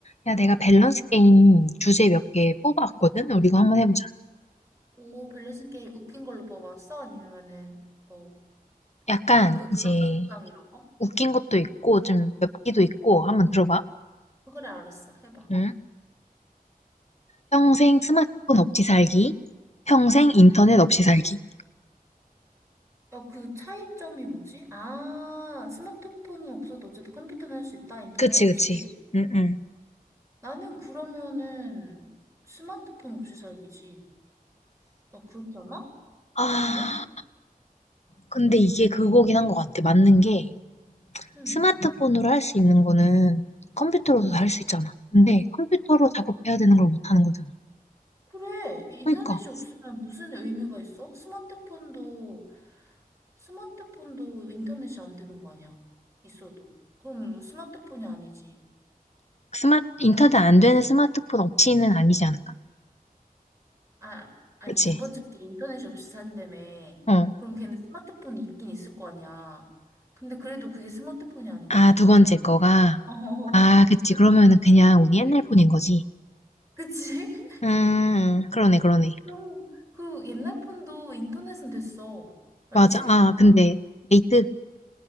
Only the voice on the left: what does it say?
야, 내가 밸런스 게임 주제 몇 개 뽑아왔거든? 우리 이거 한번 해보자.
약간
이제
웃긴 것도 있고 좀 엽기도 있고 한번 들어봐.
응? 평생 스마트폰 없이 살기, 평생
인터넷 없이 살기.
그치,
그치. 응, 응.
아,
근데 이게 그거긴 한 것 같아. 맞는 게
스마트폰으로 할 수 있는 거는 컴퓨터로도
할 수 있잖아. 근데 컴퓨터로 작업해야 되는 걸 못 하는 거잖아.
그러니까
스마 인터넷 안 되는 스마트폰 없이는 아니지 않을까?
그치?
어.
아
두
번째 거가.
아 그치.
그러면은 그냥
우리 옛날 폰인 거지.
음. 그러네, 그러네.
맞아. 아 근데 에이트?